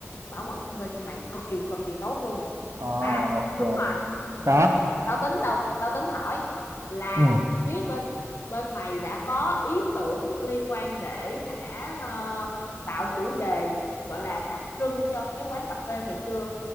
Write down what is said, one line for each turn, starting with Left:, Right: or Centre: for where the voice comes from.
Left: bảo mật thông tin cho mày cực kỳ cực kỳ tốt luôn
Right: à,
Left: à
Right: ok
Left: đúng rồi
Right: đó
Left: tao tính đâu tao tính hỏi là
Right: ừ
Left: phía bên bên mày đã có ý tưởng liên quan để hả ờ, tạo chủ đề gọi là đặc trưng cho cái quán cà phê mày chưa